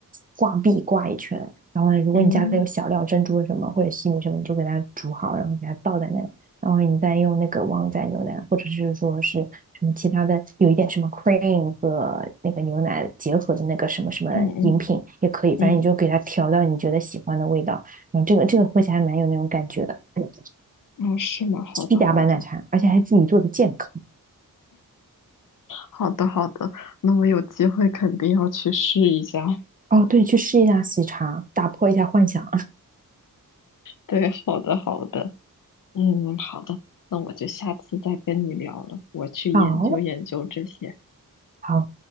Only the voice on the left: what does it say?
嗯
嗯嗯嗯，
哦，是吗？好的好的
好的好的，那我有机会肯定要去试一下。
对，好的好的，嗯，好的，那我就下次再跟你聊了，我去研究研究这些。